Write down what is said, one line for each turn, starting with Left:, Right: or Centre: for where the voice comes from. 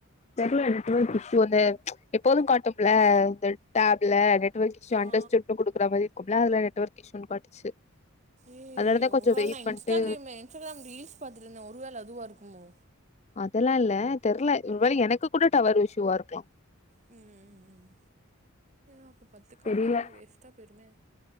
Left: தெர்ல நெட்வொர்க் இஷ்யூ அந்த எப்போது காட்டும்ல இந்த டேப்ல நெட்வர்க் இஷ்யூ அண்டர்
Right: ஆ
Left: ஸ்டுட் குடுக்குற மாரி இருக்கும்ல அதுல நெட்வொர்க் இஷ்யூனு காட்டுச்சு
Right: ஏய்
Left: அதனாலதா
Right: ஒரு
Left: கொஞ்சோ
Right: வேல
Left: வெயிட்
Right: நா
Left: பண்ட்டு
Right: இன்ஸ்டாகிரிம் இன்ஸ்டாகிராம் ரீல்ஸ் பாத்துட்ருந்தே ஒரு வேல அதுவா இருக்குமோ
Left: அதெல்லா இல்ல தெர்ல ஒருவேல எனக்கு கூட டவர் இஷ்யூவா இருக்கலா
Right: ம் ம் அப்போ பத்து கால்ல
Left: தெரில
Right: அதெல்லா வேஸ்ட்டா போய்ருமே